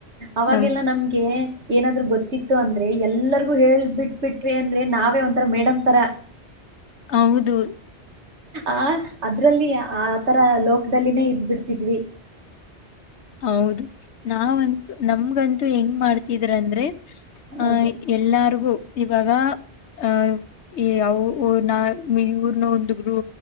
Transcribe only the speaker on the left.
ನಮ್
ಹೌದು
ಹೌದು ನಾವಂತೂ ನಮಗಂತ ದು ಹೆಂಗ್ ಮಾಡ್ತಿದ್ರ ಅಂದ್ರೆ
ಆಹ ಎಲ್ಲಾರಿಗು ಇವಾಗ ಅಹ ಯ ನಾ ಇವ್ರನ ಒಂದು್ ಗುರು